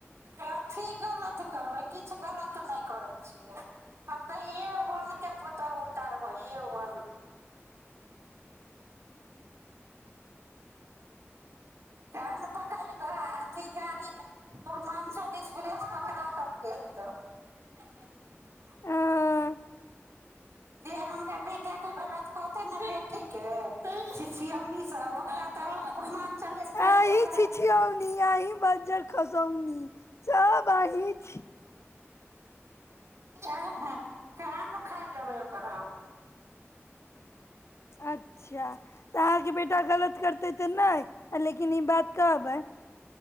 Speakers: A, on the right; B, on the left.
A: अथी गलत करबै किछु गलत नहि करै छियै हम तऽे ओनके पुतहुह उतारबै ओे कान पकड़ि कऽ अथी गाड़ी पूर्वाञ्चल एक्सप्रेस पकड़ा कऽ भेज दहो
B: अ
A: जे हमरा बेटाके गलत कहतै ने बेटीके छिौनीसँ ओकरा तऽ एक्सप्रेस
B: अहीं
A: पकड़ा
B: छिछीयोनी आनी अही ब खसौनी सब अहि छी
A: आ ह क न खाय ल लबैौ कर
B: अच्छा तऽ अहाँके बे ा गलत करतै तऽ नहि लेकिन ई बात कहबै